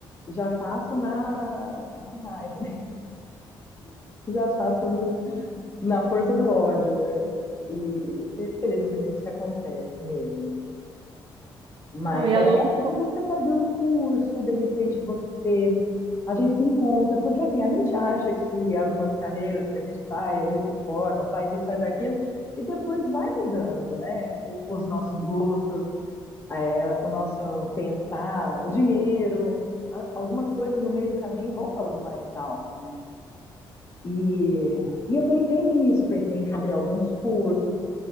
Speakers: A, on the left; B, on the right.
A: já faço na, na raiva, né? <laughs> já faço no- na força do ódio, né? E infelizmente acontece mesmo. Mas
B: Não, e é
A: é,
B: louco
A: é bom
B: como.
A: você fazer um curso, de repente você. A gente se encontra, porque assim, a gente acha que algumas carreiras que a gente faz, a gente se forma, faz isso, faz aquilo, e depois vai mudando, né? O- os nossos gostos, é, o nosso pensar, o dinheiro, a- algumas coisas no meio do caminho vão falando mais alto, né? E, e eu pensei nisso, pensei em fazer alguns cursos,